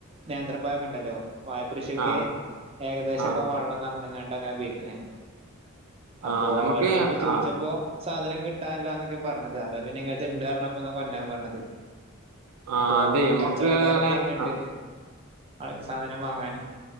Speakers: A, on the right (about 25°); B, on the right (about 85°).
A: നേന്ത്രപ്പായൊക്കെ ഉണ്ടല്ലോ വായക്കൃഷിയൊക്കെ
B: ആഹ്
A: ഏകദേശൊക്കെ
B: ആഹ്
A: വെള്ളംന്ന്റഞ്ഞങ്ങണ്ട് അങ്ങനെ ഉപയിക്കണേ
B: ആഹ്
A: അപ്പൊ
B: നമുക്ക്
A: അവരോടൊക്കെ ചോദിച്ചപ്പോ
B: ആഹ്
A: സാധനം കിട്ടാനില്ലാ എന്നൊക്കെ പറഞ്ഞത് അതാ പിന്നെ ഇങ്ങനത്തെ ഇണ്ട് പറഞ്ഞപ്പോ എന്ന കൊണ്ടാൻ പറഞ്ഞത്
B: ആഹ്
A: ഇപ്പോ
B: അതെ ഞമ്മക്ക്
A: കച്ചവടക്കാരും വര്ണ്ട്
B: ആഹ്
A: ആൾക്ക് സാധനം വാങ്ങാന്